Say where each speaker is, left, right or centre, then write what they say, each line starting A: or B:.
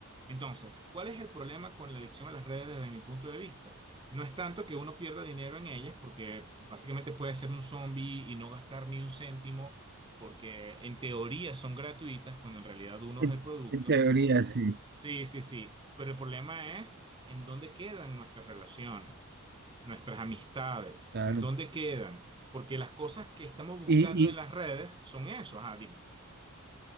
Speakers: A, on the right; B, on the right.
A: Entonces, ¿cuál es el problema con la adicción a las redes desde mi punto de vista? No es tanto que uno pierda dinero en ellas, porque básicamente puede ser un zombie y no gastar ni un céntimo, porque en teoría son gratuitas, cuando en realidad uno
B: En,
A: es el producto.
B: en teoría, sí,
A: Sí, sí, sí, pero el problema es en dónde quedan nuestras relaciones, nuestras amistades,
B: claro.
A: en dónde quedan, porque las cosas que estamos buscando
B: Y,
A: en
B: y,
A: las redes son eso, ajá, dime,